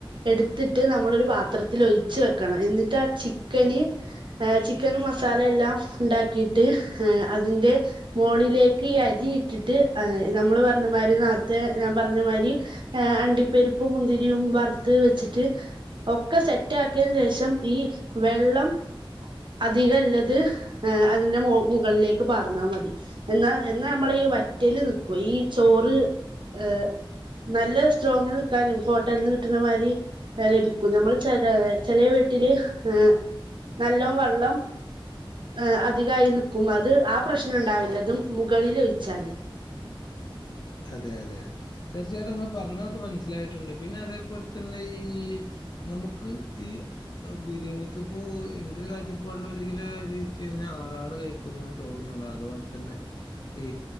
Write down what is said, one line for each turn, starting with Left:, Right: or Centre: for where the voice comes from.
Right: എടുത്തിട്ട് നമ്മളൊര് പാത്രത്തിൽ ഒഴിച്ച് വെക്കണം എന്നി ട്ടാ ചിക്കന് ഏ ചിക്കനു മസാലയെല്ലാം ഉണ്ടാക്കീട്ട് ഏ അതിന്റെ മോളിലേക്ക് ഈ അരി ഇട്ടിട്ട് ആ നമ്മള് പർഞ്ഞമാതിരി നേര്ത്തെ ഞാൻ പറഞ്ഞ മാതിരി അണ്ടിപ്പെരിപ്പും മുന്തിരിയും വറുത്ത് വെച്ചിട്ട് ഒക്കെ സെറ്റാക്കിയതിന് ശേഷം ഈ വെള്ളം അധികംല്ലത് ഹ് അതിന്റെ മൊ മുകൾലേക്ക് പാർന്നാ മതി എന്നാൽ എന്നാ നമ്മളെ ഈ വറ്റല് നിക്കും ഈ ചോറ് ഏഹ് നല്ല സ്ട്രോങ്ങിന് നിക്കാനും ഹോട്ടല്ന്ന് കിട്ട്ണമാരി ഏ ലഭിക്കും നമ്മള് ചെല ചെലെ വീ ട്ടില് ഏഹ് നല്ലോം വെള്ളം ആ അധികായി ന്ക്കും അത് ആ പ്രശ്നം ണ്ടാവില്ലത് മുകളിൽ ഒഴിച്ചാല്
Left: അതെ അതെ അ തീർച്ചായിട്ടും ങ്ങൾ പറഞ്ഞൊക്കെ മൻസ്സിലായിട്ട്ണ്ട് പിന്നെ അതേപോൽതന്നെ ഈ നമുക്ക് ഈ ബിരിയാണിക്ക് പ്പോ എന്റെരു കാഴ്ചപ്പാടിൽ ഒരു കിലോ ച്ചേ ഞാ റാള് കഴിക്കുന്നാ തോന്ന്ണ് അതുപോലെ തന്നെ ഈ